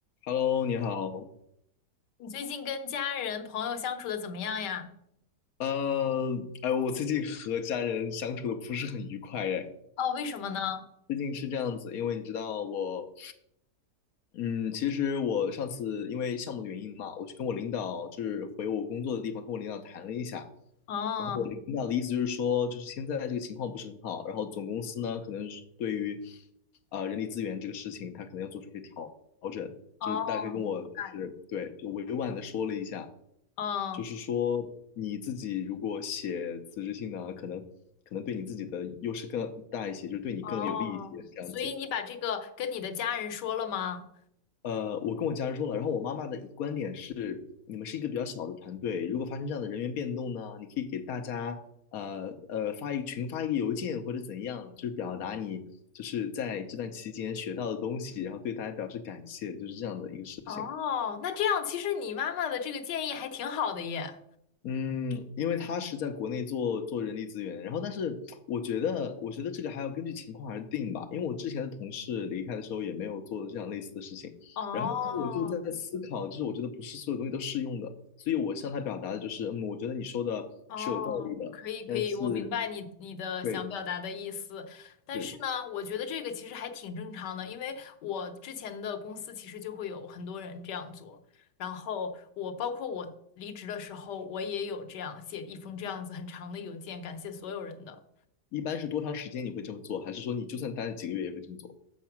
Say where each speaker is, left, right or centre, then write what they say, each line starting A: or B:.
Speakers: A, on the left (about 65°); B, on the left (about 90°).
A: Hello，你好。
B: 你最近跟家人朋友相处的怎么样呀？
A: 呃，哎，我最近和家人相处的不是很愉快，哎，
B: 哦，为什么呢？
A: 最近是这样子，因为你知道我，嗯，其实我上次因为项目的原因嘛，我去跟我领导，就是回我工作的地方，跟我领导谈了一下。
B: 哦
A: 领导的意思就是说，就是现在这个情况不是很好，然后总公司呢，可能是对于呃人力资源这个事情，他可能要做出一些调调整，
B: 哦，
A: 就是大概跟我就是对，
B: 明
A: 就委婉的说了一下。
B: 哦
A: 就是说你自己如果写辞职信呢，可能可能对你自己的优势更大一些，就是对你更有利一些这样子。
B: 哦，所以你把这个跟你的家人说了吗？
A: 呃，我跟我家人说了，然后我妈妈的观点是，你们是一个比较小的团队，如果发生这样的人员变动呢，你可以给大家呃呃发一群发一个邮件或者怎样，就是表达你就是在这段期间学到的东西，然后对大家表示感谢，就是这样的一个事情。
B: 哦，那这样其实你妈妈的这个建议还挺好的耶。
A: 嗯，因为他是在国内做做人力资源，然后但是我觉得，我觉得这个还要根据情况而定吧。因为我之前的同事离开的时候也没有做这样类似的事情，
B: 哦
A: 然后呢，我就在思考，就是我觉得不是所有东西都适用的，所以我向他表达的就是，嗯，我觉得你说的是有道理的，
B: 哦，可以可以，
A: 但是
B: 我明白你你的想表达的意思，
A: 对，
B: 但是呢，
A: 是
B: 我觉得这个其实还挺正常的，因为我之前的公司其实就会有很多人这样做，然后我包括我离职的时候，我也有这样写一封这样子很长的邮件，感谢所有人的。
A: 一般是多长时间你会这么做，还是说你就算待了几个月也会这么做？